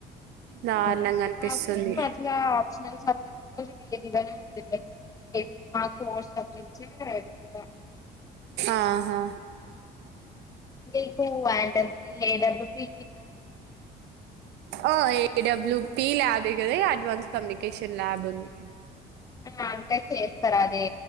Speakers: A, on the right; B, on the left.
A: దారుణంగా
B: హు
A: అనిపిస్తుంది
B: నాకు అట్లా అడిష్ణల్ సబ్జెక్టు <unintelligible> <inaudible> మా క్ ఫర్ సబ్జెక్ట్ ఏ టే ఎక్కువ
A: ఆహా
B: మీకు అంటేన్ ఏ డబ్లు పి
A: ఆ A W P lab ఎ కదా అడ్వాన్స్ కమ్యూనికేషన్ ల్యాబ్ ఉంది
B: ఆ అంటే చేస్తార అది